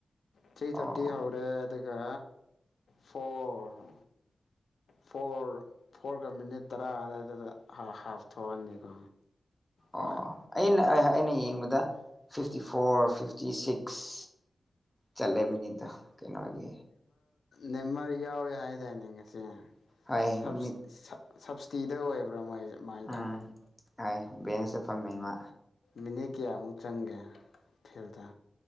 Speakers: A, on the left; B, in the centre.
A: ꯊ꯭ꯔꯤ
B: ꯑꯣ
A: ꯊꯔꯇꯤ ꯍꯧꯔꯦ ꯑꯗꯨꯒ ꯐꯣꯔ ꯐꯣꯔ ꯐꯣꯔꯒ ꯃꯤꯅꯤꯠ ꯇꯔꯥ ꯑꯗꯨꯋꯥꯏꯗꯨꯗ ꯍꯥꯐ ꯊꯣꯛꯑꯅꯤꯀꯣ
B: ꯑꯣ
A: ꯍꯣꯏ
B: ꯑꯩꯅ ꯑꯩꯅ ꯌꯦꯡꯕꯗ ꯐꯤꯐꯇꯤ ꯐꯣꯔ ꯐꯤꯐꯇꯤ ꯁꯤꯛꯁ ꯆꯂꯦꯃꯤꯅꯤꯗ ꯀꯩꯅꯣꯒꯦ
A: ꯅꯦꯝꯃꯔ ꯌꯥꯎꯋꯦ ꯍꯥꯏꯇꯥꯅꯦ ꯉꯁ
B: ꯍꯣꯏ
A: <unintelligible>
B: ꯃꯤꯅꯤꯠ
A: ꯁꯞꯕꯁꯤꯗꯤꯗ ꯑꯣꯏꯕ꯭ꯔꯥ ꯃꯣꯏ ꯃꯥꯏꯗꯣ
B: ꯎꯝ ꯍ ꯦꯟꯁꯦ ꯐꯝꯃꯦꯃ
A: ꯃꯤꯅꯦ ꯀꯌꯥꯃꯨꯛ ꯆꯪꯒꯦ ꯐꯤꯔꯗ